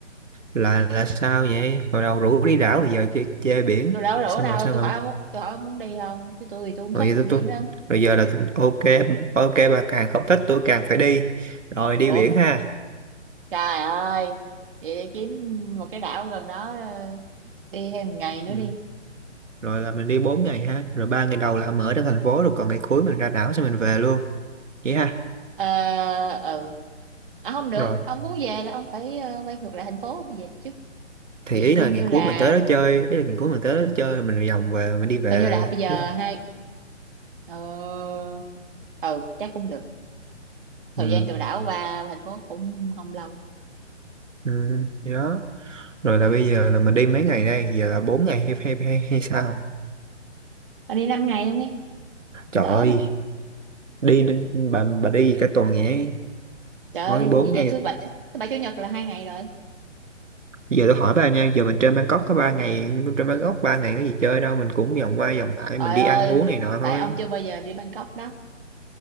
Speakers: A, on the right; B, on the right.
A: là là sao vậy hồi đầu rủ đi đảo bây giờ chơi, chơi biển
B: tôi đâu có
A: sao
B: rủ đâu
A: mà sao
B: tôi
A: mà
B: hỏi ông muốn- tôi hỏi ông muốn đi không chứ tôi thì tôi không
A: rồi
B: thích
A: giờ tôi,
B: biển
A: tôi
B: lắm
A: rồi giờ là ok ok bà càng không thích tôi càng phải đi rồi đi
B: ủa
A: biển ha
B: trời ơi vậy đi kiếm một cái đảo gần đó ờ, đi thêm một ngày nữa
A: ừ.
B: đi
A: rồi là mình đi bốn ngày ha rồi ba ngày đầu là mình ở trong thành phố rồi còn ngày cuối mình ra đảo xong mình về luôn vậy ha
B: Ờ, ừ à, không được
A: rồi
B: ông muốn về là ông phải ờ, quay ngược lại thành phố ông mới về được chứ
A: thì
B: thì
A: ý là
B: coi như
A: ngày
B: là
A: cuối mình tới đó chơi ý là ngày cuối mình tới đó chơi rồi mình vòng về mình đi về
B: coi như là bây giờ
A: chứ không
B: hai ờ ừ chắc cũng được thời
A: ừ.
B: gian từ đảo qua thành phố cũng không lâu
A: Ừ. Vậy đó rồi là bây giờ là mình đi mấy ngày đây giờ là 4 ngày hay hay hay, hay sao
B: anh đi năm ngày luôn đi
A: Trời
B: lỡ
A: ơi,
B: rồi.
A: đi đến- bà bà đi cả tuần vậy.
B: trời
A: Hỏi
B: ơi
A: 4
B: vì giờ
A: ngày.
B: thứ bảy thứ, thứ bảy chủ nhật là hai ngày rồi
A: Giờ tôi hỏi bà nha, giờ mình trên Bangkok có 3 ngày, trên Bangkok 3 ngày có gì chơi đâu, mình cũng vòng qua vòng lại
B: trời
A: mình đi
B: ơi
A: ăn uống này nọ
B: tại
A: thôi.
B: ông chưa bao giờ đi Bangkok đó